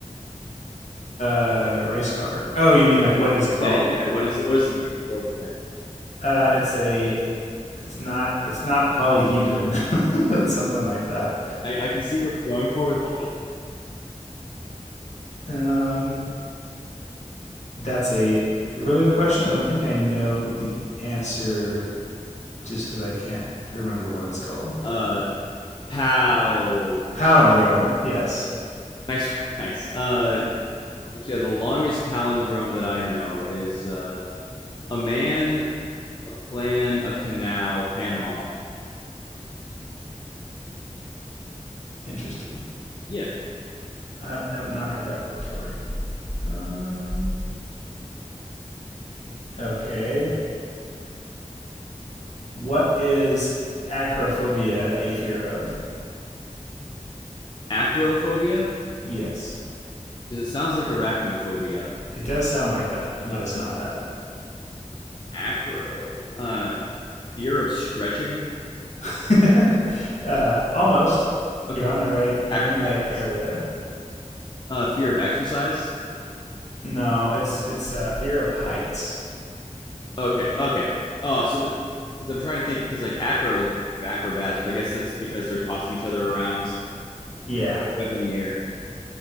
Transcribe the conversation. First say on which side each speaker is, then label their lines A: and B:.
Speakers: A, on the left; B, on the left.
A: Uh, race car. Oh, you mean like what is it called?
B: Yeah, yeah, yeah. What is it? What is the name for the thing?
A: Uh, it's a. It's not. It's not polyhedron. <laughs> it's something like that.
B: I, I can see where you're going for with Paul.
A: Um, that's a really good question. I don't think I know the answer just because I can't remember what it's called.
B: Uh, pal.
A: Palindrome. Yes.
B: Nice, <laughs> nice. Uh, which, yeah, the longest palindrome that I know is uh, a man, a plan, a canal, Panama.
A: Interesting.
B: Yeah,
A: I have not heard that one before. Um, okay. What is acrophobia a fear of?
B: acrophobia
A: Yes.
B: because it sounds like arachnophobia.
A: It does sound like that, but
B: Uh,
A: it's not
B: acro. Uh, fear of stretching.
A: that. <laughs> uh, almost.
B: Okay,
A: You're
B: cool.
A: on the right. You're in the right
B: acrobatics.
A: area.
B: Uh, fear of exercise.
A: No, it's it's uh, fear of heights.
B: Okay, okay. Oh, so because I'm trying to think, because like acro is I think of acrobats, but I guess that's because they're tossing each other around
A: Yeah,
B: way up in the air.